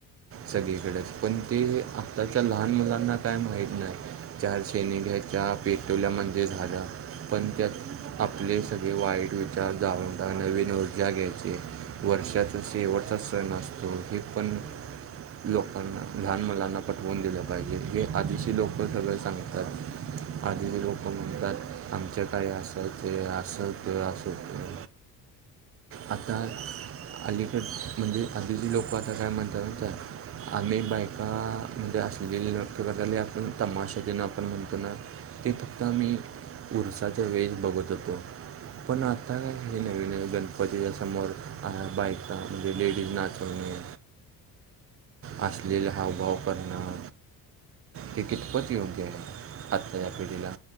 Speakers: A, on the right; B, on the right.
A: हम्म
B: सगळीकडच,
A: हम्म
B: पण ते आताच्या लहान मुलांना काय माहीत नाही. चार शेणी घ्यायच्या पेटवल्या म्हणजे झालं. पण त्यात, आपले सगळे वाईट विचार जाळून नवीन ऊर्जा घ्यायची, वर्षाचा शेवटचा सण असतो हो, ते पण
A: हम्म
B: लोकांना, लहान मुलांना पठवून दिलं पाहिजे हे आधीची लोकं सगळं सांगतात. आधीची लोकं म्हणतात, आमच्या काळी अऊस ते असं होतं, असं हो. आता
A: हम्म
B: अलीकड म्हणजे, आधीची लोकं आता काय म्हणत्यात माहित हाय आम्ही बायका, म्हणजे असशली लोकं गजाली तमाशा ते न आपण म्हणतोना ते फक्त आम्ही, उरसाच्या वेळीच बघत होतो. पण आता, हे नवीन गण पतीच्या समोर, बायका म्हणजे लेडीज नाचवने. अश्लील हाव भाव करणं. हे कितपत योग्य आहे आत्ताच्या
A: हम्म
B: पिढीला,